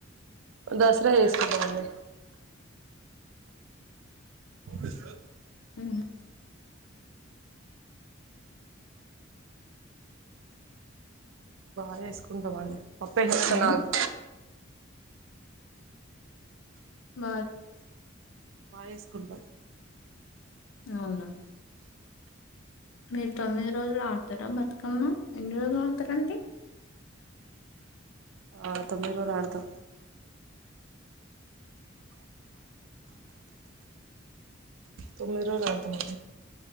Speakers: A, on the right; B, on the left.
A: దసరా చేసుకుటమండి ఒవ స
B: ఊ
A: బ చేసుకుంటామండీ పప్పేసిస్తాను
B: హలో
A: ఆగు
B: బ
A: బాచేసుకుంటాం
B: అవునా మీరు తొమ్మిది రోజులు ఆడతారాబతుకమ్మ ఎన్ని రోజులు ఆడుతారండి
A: ఆ తొమ్మిది రోజలు ఆడుతాం తొమ్మిది రోజులు ఆడతామండి